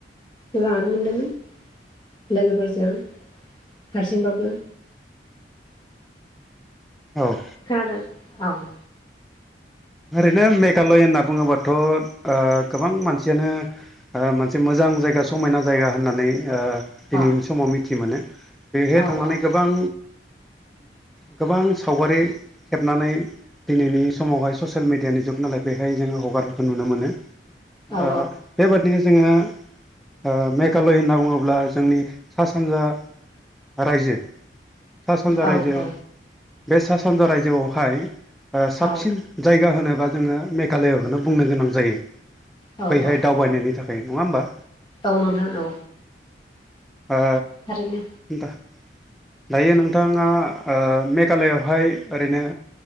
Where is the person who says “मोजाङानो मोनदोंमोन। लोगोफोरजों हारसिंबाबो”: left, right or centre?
Left